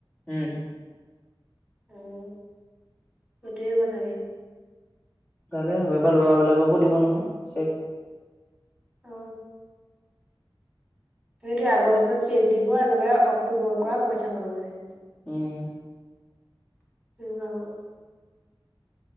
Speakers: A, on the left (about 20°); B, in the centre.
A: উম। <inaudible>
B: অঁ! সেইটোৱেই হ'ব চাগে। <inaudible>
A: ভালে হ'ব। এইবাৰ ল'ৰাবিলাককো দিব নহয় চেক। <inaudible>
B: অ সেইটোৱে আগষ্টত চেক দিব একেবাৰে অক্টোবৰৰ পৰা পইচা পাব মানে। <inaudible>
A: উম। <inaudible>
B: <inaudible> শূণ্য হ'ব।